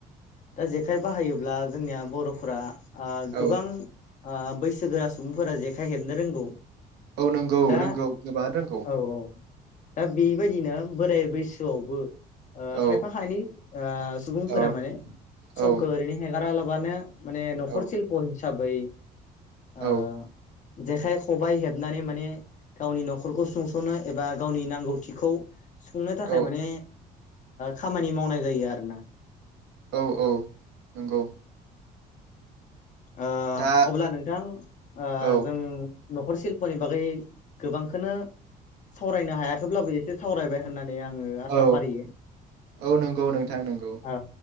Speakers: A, on the left; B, on the right.
A: दा जेखाइ बाहायोब्ला जोंनिया बर'फोरा ओ
B: औ
A: गोबां आ बैसो बैसोगोरा सुबुंफोरा जेखाइ हेबनो रोंगौ।
B: औ नंगौ
A: दा
B: रोंगौ गोबाङानो रोंगौ
A: औ औ दा बेबायदिनो बोराय बैसोआवबो
B: औ
A: खायफा खायनै ओ सुबुंफोरा
B: औ
A: माने समखौ
B: औ
A: ओरैनो हेगारा मानो माने नखर
B: औ
A: शिल्प हिसाबै ओ
B: औ
A: जेखाय खबाइ हेबनानै माने गावनि नखरखौ सुंसनो एबा गावनि नांगौ थिखौ सुफुंनो थाखाय
B: औ
A: माने खामानि मावनाय जायो आरोना।
B: औ औ नंगौ।
A: आ
B: दा
A: अब्ला नों बिथां ओ
B: औ
A: जों नखर सिल्पनि बागै गोबांखौनो सावरायनो हायाखैब्लाबो एसे सावरायबाय होननानै आङो आसा
B: औ
A: फारियो।
B: औ नंगौ नोंथां नंगौ
A: औ